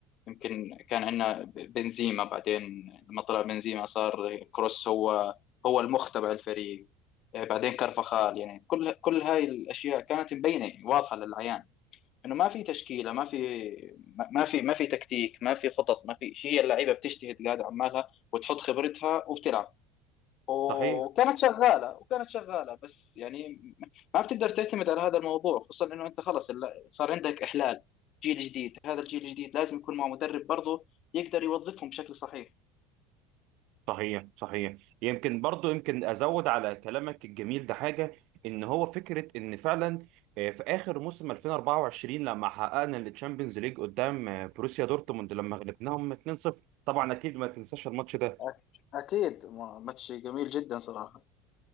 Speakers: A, on the left; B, on the right.
A: يمكن كان عندنا بنزيما بعدين لما طلع بنزيما صار كروس هو هو المخ تبع الفريق آه، بعدين كرفخال يعني كل كل هاي الاشياء كانت مبينه يعني واضحه للعيان انه ما في تشكيله ما في ما ما في ما في تكتيك ما في خطط ما في شيء هي اللعيبه بتجتهد قاعده عمالها وتحط خبرتها وبتلعب وكانت
B: صحيح
A: شغاله وكانت شغاله بس يعني ما بتقدر تعتمد على هذا الموضوع خصوصا انه انت خلص الل- صار عندك احلال جيل جديد هذا الجيل الجديد لازم يكون مع مدرب برضه يقدر يوظفهم بشكل صحيح
B: صحيح صحيح يمكن برضو يمكن أزود على كلامك الجميل ده حاجة إن هو فكرة إن فعلا آه، في آخر موسم 2024 لما حققنا التشامبيونز ليج قدام آه، بروسيا دورتموند لما غلبناهم 2-0 طبعا أكيد ما تنساش الماتش ده
A: أك- أكيد ما- ماتش جميل جدا صراحة